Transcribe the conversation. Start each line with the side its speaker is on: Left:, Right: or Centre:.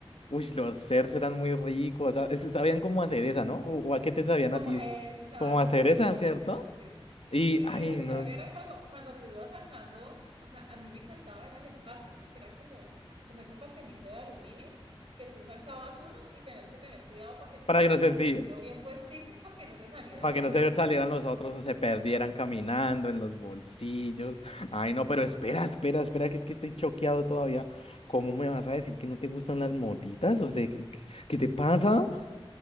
Left: Uy, los CERs eran muy ricos. sa- es- Sabían cómo hacer esa, ¿no? ¿O o a qué te sabían
Right: como,
Left: a ti?
Right: exacto,
Left: como hacer
Right: cómo
Left: esa,
Right: hacer
Left: ¿cierto?
Right: esa, sí.
Left: Y,
Right: Y,
Left: ay,
Right: y lo chévere
Left: no.
Right: era cuando, cuando tú ibas sacando, o sea, a mí me encantaba era el empaque, ¿no? Que era como, como ese papelito de aluminio, que tú sacabas uno y tenías que tener cuidado para que te
Left: Para
Right: quedara
Left: que no
Right: el
Left: se,
Right: papelito
Left: si,
Right: bien puestico para que no se salieran
Left: para
Right: el
Left: que no
Right: resto.
Left: se salieran los otros o se perdieran caminando en los bolsillos. Ay, no, pero espera, espera, espera, que es que estoy choqueado todavía. ¿Cómo me vas a decir que no te gustan las motitas? O sea, ¿qué, qué- qué te pasa?
Right: No,